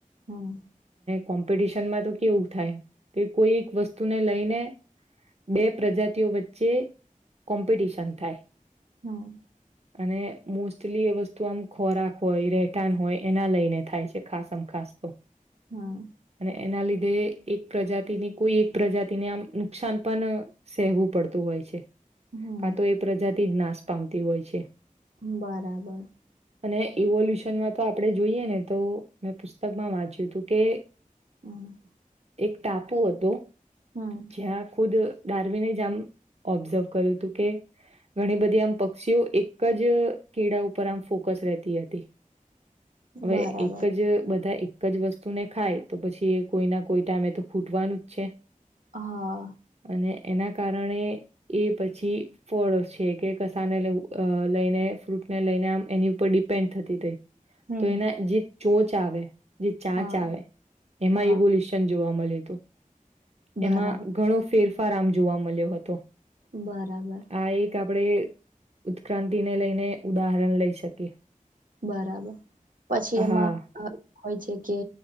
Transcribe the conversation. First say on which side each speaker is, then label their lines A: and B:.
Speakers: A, on the right; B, on the right.
A: હા
B: કોમ્પિટિશનમાં તો કેવું થાય કે કોઈ એક વસ્તુને લઈને બે પ્રજાતિઓ વચ્ચે કોમ્પિટિશન થાય
A: હા
B: અને મોસ્ટલી એ વસ્તુ તોમ આમ ખોરાક હોય રહેઠાણ હોય એના લઈને થાય છે ખાસ આમ ખાસ તો
A: હા
B: અને એના લીધે એક પ્રજાતિ ની કોઈ એક પ્રજાતિને આમ નુકસાન પણ સહેવું પડતું હોય હોય છે
A: હમ
B: કા તો એ પ્રજાથી જ નાશ પામતી હોય છે
A: બરાબર
B: એલ્યુશનમાં તો આપડણે જોઈએ ને તો મેં પુસ્તકમાં વાંચ્યું હતું કે
A: હમ
B: એક ટાપુ હતો
A: હમ
B: જ્યાં ખુદ ડાર્મિને જામ ઓબ્ઝર્વ કર્યું હતું કે ઘણી બધી આમ પક્ષીઓ એક જ કેળા ઉપર પર ફોકસ રહે તી હતી હવે
A: બરાબર
B: એક જ બધા એ એક જ વસ્તુ ને ખાય તો પછી એ કોઈ ના કોઈ ટાઈમે તો ખૂટવાનું જ છે
A: હા
B: અને એના કારણે એ પછી ફળ છે કે કસાને લ લઈને ફ્રૂટ ને લઈને આમ એની ઉપર ડિપેન્ડ થતી થઈ
A: હમ
B: તો એના જે ચોચ આવે જે ચાંચ
A: હા
B: આવે એમાં
A: હા
B: રવોલ્યુશન જોવા મળ્યું હતું
A: બરાબર
B: એમાં ઘણો ફેરફાર આમ જોવા મળ્યો હતો
A: બરાબર
B: આ એક આપણે ઉત્ક્રાંતિ ને લઈને ઉદાહરણ લઈ શકીએ
A: બરાબર પછી એમાં
B: હા
A: હોય છે કે